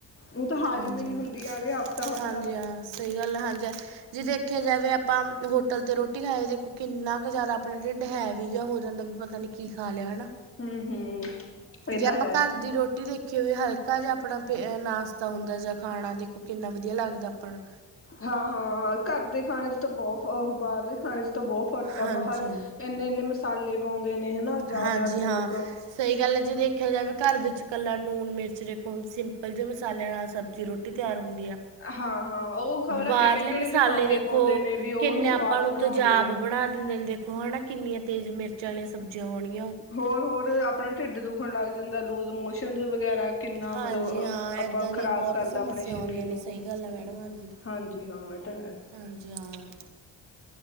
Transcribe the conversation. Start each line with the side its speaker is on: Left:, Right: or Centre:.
Left: ਓਹ ਤਾਂ ਹਾਜਮੇ
Right: ਹਾਂਜੀ
Left: ਲਈ
Right: ਹਾਂ
Left: ਹੁੰਦੀ ਆ ਵੀ ਹਫ਼ਤਾ-ਹਫ਼ਤਾ।
Right: ਹਾਂਜੀ ਹਾਂ ਸਹੀ ਗੱਲ ਐ ਹਾਂਜੀ। ਜੇ ਦੇਖਿਆ ਜਾਵੇ ਆਪਾਂ ਹੋਟਲ ਤੇ ਰੋਟੀ ਖਾਏ ਦੇਖੋ ਕਿੰਨਾ ਕੁ ਜ਼ਿਆਦਾ ਆਪਣਾ ਢਿੱਡ ਹੈਵੀ ਜਾਂ ਹੋ ਜਾਂਦਾ ਲਗਭਗ। ਪਤਾ ਨਹੀਂ ਕੀ ਖਾ ਲਿਆ ਹੈ ਨਾ।
Left: ਹੂੰ, ਹੂੰ। ਇਹ
Right: ਜੇ
Left: ਤਾਂ
Right: ਆਪਾਂ
Left: ਹੈ
Right: ਘਰ ਦੀ ਰੋਟੀ ਦੇਖੀ ਕਿਵੇਂ ਹਲਕਾ ਜਾ ਅਪਣਾ ਪੇ ਨਾਸ਼ਤਾ ਹੁੰਦੈ ਜਾਂ ਖਾਣਾ ਦੇਖੋ ਕਿੰਨਾ ਵਧੀਆ ਲੱਗਦੈ ਆਪਣ
Left: ਹਾਂ ਹਾਂ ਘਰ ਦੇ ਖਾਣੇ ਚ ਤਾਂ ਬਹੁਤ ਫਅ ਬਾਹਰਲੇ ਖਾਣੇ ਚ ਤਾਂ ਬਹੁਤ ਫ਼ਰਕ ਆ
Right: ਹਾਂਜੀ
Left: ਬਾਹਰ ਏਨੇ-ਇੰਨੇ ਮਸਾਲੇ ਪੌੰਦੇ ਨੇ ਨਾ ਜਾ-ਜਾ
Right: ਹਾਂਜੀ
Left: ਕੇ
Right: ਹਾਂ
Left: ਲੋਕ।
Right: ਸਹੀ ਗੱਲ ਐ ਜੇ ਦੇਖਿਆ ਜਾਵੇ ਘਰ ਵਿੱਚ ਕੱਲਾ ਲੂਣ- ਮਿਰਚ ਵੇਖੋ ਹੁਣ ਸਿੰਪਲ ਜੇ ਮਸਾਲਿਆਂ ਨਾਲ ਸਭ ਜ ਰੋਟੀ ਤਿਆਰ ਹੁੰਦੀ ਆ
Left: ਹਾਂ-ਹਾਂ ਉਹ ਖ਼ਬਰ
Right: ਬਾਹਰਲੇ
Left: ਕਿਹੜੇ-ਕਿਹੜੇ
Right: ਮਸਾਲੇ ਦੇਖੋ,
Left: ਪਾਉਂਦੇ ਨੇ ਵੀ ਉਹ
Right: ਕਿੰਨੇ
Left: ਉਹਨੂੰ
Right: ਆਪਾਂ
Left: ਸਵਾਦ
Right: ਨੂੰ
Left: ਬਣਾਉਣ
Right: ਤਜ਼ਾਬ
Left: ਲਈ
Right: ਬਣਾ ਦਿੰਦੇ ਨੇ ਦੇਖੋ ਹੈ ਨਾ ਕਿੰਨੀਆਂ ਤੇਜ਼ ਮਿਰਚਾਂ ਵਾਲੀਆਂ ਸਬਜ਼ੀਆਂ ਹੋਣੀਆਂ
Left: ਹੋਰ ਹੋਰ, ਆਪਣਾ ਢਿੱਡ ਦੁਖਣ ਲੱਗ ਜਾਂਦੈ, ਲੂਜ਼-ਮੋਸ਼ਨ ਵਗੈਰਾ ਕਿੰਨਾ
Right: ਹਾਂਜੀ
Left: ਮਤਲਬ ਅ
Right: ਹਾਂ
Left: ਅਪਾਂ
Right: ਇਦਾਂ
Left: ਖ਼ਰਾਬ
Right: ਦੀਆਂ ਬਹੁਤ
Left: ਕਰਦਾ
Right: ਸਮੱਸਿਆ
Left: ਅਪਣੇ ਸਰੀਰ
Right: ਆਉਂਦੀਆਂ
Left: ਨੂੰ
Right: ਨੇ ਸਹੀ
Left: ਓਹ।
Right: ਗੱਲ ਹੈ ਮੈਡਮ ਹਾਂਜੀ
Left: ਹਾਂਜੀ ਹਾਂ ਏ ਤਾਂ ਹੈ
Right: ਹਾਂਜੀ ਹਾਂ।